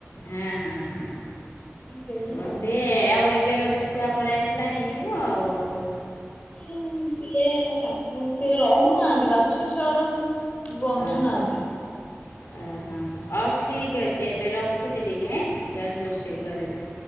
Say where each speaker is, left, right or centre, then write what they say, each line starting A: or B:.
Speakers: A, on the left; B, on the left.
A: ହଁ ହଁ ହ
B: ଗେହ୍ଲା
A: ଗୋଟିଏ
B: ଆଉ।
A: ଆଉ। ଏବେ ଗୋଟେ ଛୁଆ ପଳେଇ ଆସିଲା ହେଇଯିବ ଆଉ।
B: କିନ୍ତୁ ଥିଲେ ପାଖରେ ସିଏ ରହୁନାହାନ୍ତି। ବାଛୁରୀ ଛୁଆ ଗୁଡା ବଞ୍ଚୁନାହାନ୍ତି।
A: ହଁ ହଁ ଓହୋ ହଉ ଠିକ୍ ଅଛି ଏବେ ରଖୁଛି ଟିକେଁ ଯାଉଚି ରୋଷେଇ କରିବି।